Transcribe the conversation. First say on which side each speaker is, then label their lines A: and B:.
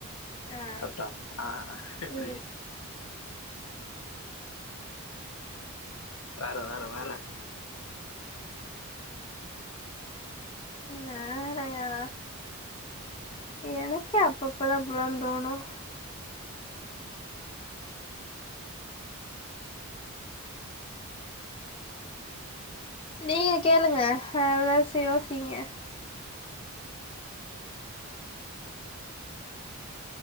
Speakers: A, on the left; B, on the left.
A: ஆ
B: கட்டா ஆஹா எப்டி
A: ம்
B: வேற வேற வேற
A: வேறயா எனக் எனக்கே அப்பப்பதான் இப்பிள்ளாம் தோணும் நீங்க கேளுங்க ஆஹா யோசி யோசிக்கங்க